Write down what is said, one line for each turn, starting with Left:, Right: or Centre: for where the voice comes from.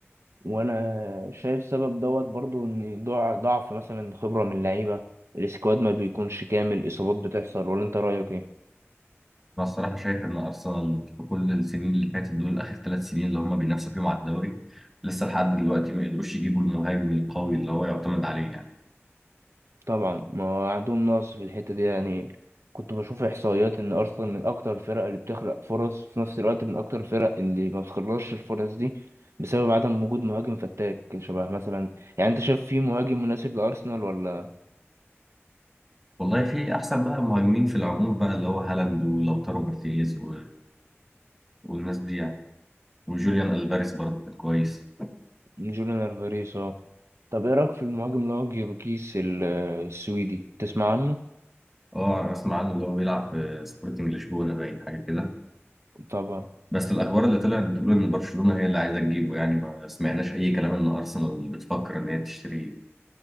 Right: وأنا شايف سبب دوت برضو إن ضع- ضعف مثلا خبرة من اللعيبة السكواد ما بيكونش كامل إصابات بتحصل ولا أنت رأيك إيه؟
Centre: انا الصراحه شايف ان ارسنال في كل السنين اللي فاتت دول اخر ثلاث سنين اللي هم بينافسوا فيهم على الدوري لسه لحد دلوقتي ما قدروش يجيبوا المهاجم القوي اللي هو يعتمد عليه يعني.
Right: طبعا ما هو عندهم نقص في الحتة دي يعني كنت بشوف إحصائيات إن أرسنال من أكتر الفرق اللي بتخلق فرص في نفس الوقت من أكتر الفرق اللي ما بتخلصش الفرص دي بسبب عدم وجود مهاجم فتاك شبه مثلا يعني أنت شايف في مهاجم مناسب لأرسنال ولا
Centre: والله في احسن بقى مهاجمين في العموم بقى اللي هو هالاند ولوتارو مارتينيز و... والناس دي يعني وجوليان الفاريز برضه كان كويس
Right: جوليان ألفاريز أه طب إيه رأيك في المهاجم اللي هو جيوركيس ال- السويدي تسمع عنه؟
Centre: اه اسمع عنه اللي هو بيلعب في سبورتنج لشبونه باين حاجه كده
Right: طبعا
Centre: بس الاخبار اللي طلعت بتقول ان برشلونه هي اللي عايزه تجيبه يعني ما سمعناش اي كلام ان ارسنال بتفكر ان هي تشتريه